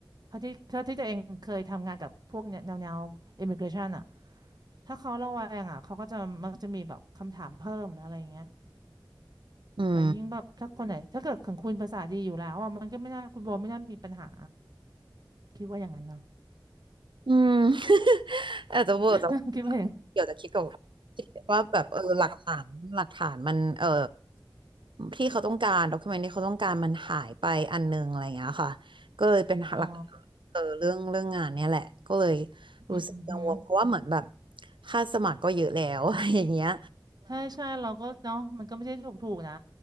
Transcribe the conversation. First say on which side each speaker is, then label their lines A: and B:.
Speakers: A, on the right (about 50°); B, on the right (about 70°).
A: เขาที่เขาที่ตัวเองเคยทำงานกับพวกเนี่ยแนวแนว immigration อะ ถ้าเขาระแวงอ่ะเขาก็จะมักจะมีแบบคำถามเพิ่มหรืออะไรเงี้ย
B: อืม
A: แล้วยิ่งแบบถ้าคนไหนถ้าเกิดของคุณภาษาดีอยู่แล้วอ่ะมันก็ไม่น่าคุณโบไม่น่ามีปัญหาคิดว่าอย่างนั้นนะ
B: อืม <laughs> อาจจะเวอร์จะ
A: <laughs> คิดว่าอย่าง
B: เดี๋ยวจะคิดกับคิดว่าแบบเออหลักฐานหลักฐานมันเออที่เขาต้องการด็อกิเมนที่เขาต้องการมันหายไปอันนึงอะไรอย่างเงี้ยค่ะ ก็เลยเป็นหลัก
A: อ๋อ
B: เออเรื่องเรื่องงานเนี่ยแหละ ก็เลย
A: อืมฮึ
B: รู้สึกกังวลเพราะว่าเหมือนแบบ ค่าสมัครก็เยอะแล้ว <laughs> อะไรอย่างเงี้ย
A: ใช่ใช่เราก็เนาะมันก็ไม่ใช่ถูกถูกนะ